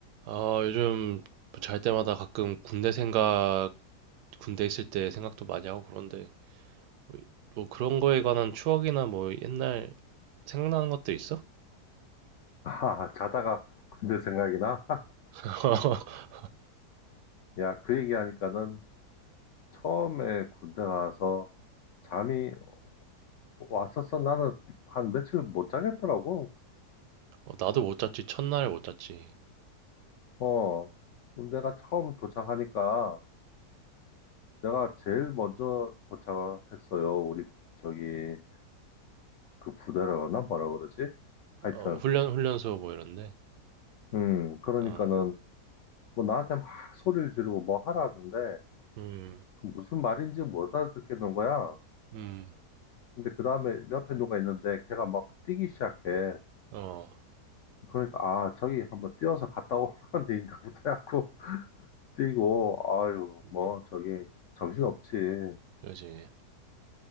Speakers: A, on the right (about 80°); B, on the left (about 70°).
A: 아, 요즘 잘 때마다 가끔 군대 생각, 군대 있을 때 생각도 많이 하고 그런데, 뭐, 뭐 그런 거에 관한 추억이나 뭐 옛날 생각나는 것들 있어?
B: 아, 자다가 군대 생각이 나?
A: <laughs>
B: <laughs> 야, 그 얘기하니까는 처음에 군대 가서 잠이 왔었어. 나는 한 며칠 못 자겠더라고.
A: 어, 나도 못 잤지, 첫날에 못 잤지.
B: 어, 군대가 처음 도착하니까 내가 제일 먼저 도착했어요. 우리 저기 그 부대라나 뭐라 그러지? 하여튼,
A: 어, 훈련, 훈련소 뭐 이런데.
B: 음, 그러니까는
A: 어,
B: 뭐 나한테 막 소리를 지르고 뭐 하라는데
A: 음,
B: 그 무슨 말인지 못 알아듣겠는 거야.
A: 음,
B: 근데 그 다음에 옆에 누가 있는데 걔가 막 뛰기 시작해.
A: 어,
B: 그러니까 아 저기 한번 뛰어서 갔다 오라는 데인가부터 해갖고 <laughs> 뛰고 아유
A: 음,
B: 뭐 저기 정신없지
A: 그러지.